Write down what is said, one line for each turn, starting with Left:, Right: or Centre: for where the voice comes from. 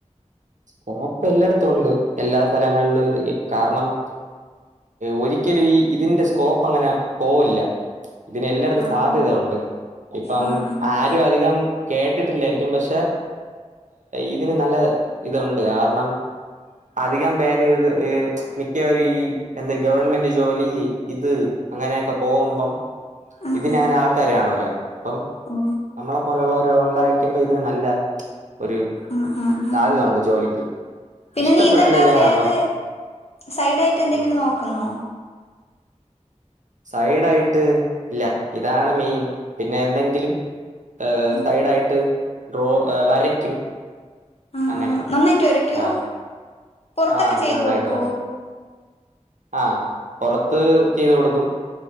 Right: സ്കോപ്പ് എല്ലാടത്തും ഉണ്ട്. എല്ലാ സ്ഥലങ്ങളിലും ഇ കാരണം? ഒരിക്കലും ഈ ഇതിന്റെ സ്കോപ്പ് അങ്ങനെ പോവില്ല. ഇതിന് എല്ലായിടത്തും
Left: ആ
Right: സാധ്യത
Left: ആ
Right: ഉണ്ട്. ഇപ്പം
Left: ആ ആ ആ
Right: ആരും അധികം കേട്ടിട്ടില്ലായിരിക്കും പക്ഷെ ഇതിന് നല്ല ഇതുണ്ട്. കാരണം? അധികം പേര് ഇത് മിക്കവരു ഈ എന്ത ഗവൺമെന്റ് ജോലി? ഇത് അങ്ങനെയൊക്കെ പോവുമ്പം
Left: ആ
Right: ഇതിനങ്ങനെ
Left: ആ
Right: ആൾക്കാര കാണൂല. അപ്പം
Left: ഓ
Right: നമ്മളെ പോലെയുള്ളവരു ഉണ്ടായിരിക്കുമ്പോ ഇതിന് നല്ല ഒരു
Left: ആഹ് ആഹ് ആഹ്
Right: സാധ്യത ഉണ്ട് ജോലിക്ക്
Left: പിന്നെ
Right: ഇഷ്ടപ്പെട്ടല്ലേ
Left: നീതല്ലാതെ
Right: ചെയ്യണം
Left: വേറെ
Right: അപ്പം
Left: സൈഡായിട്ട് എന്തെങ്കിലും
Right: ഉം
Left: നോക്കുന്നോ?
Right: സൈഡ ആയിട്ട് ഇല്ല, ഇതാണ് മെയിൻ. പിന്നെ എന്തെങ്കിലും ഹെ,
Left: ആ
Right: സൈഡായിട്ട് ഡ്രോ വരയ്ക്കും.
Left: ആ
Right: അങ്ങനെ
Left: ആ നന്നായിട്ട് വരയ്ക്കോ
Right: ആഹ്
Left: പുറത്തൊക്കെ
Right: ആഹ്
Left: ചെയ്തു
Right: നന്നായിട്ട്
Left: കൊടുക്കോ
Right: വര ആഹ് പുറത്ത് ചെയ്ത് കൊടുക്കും.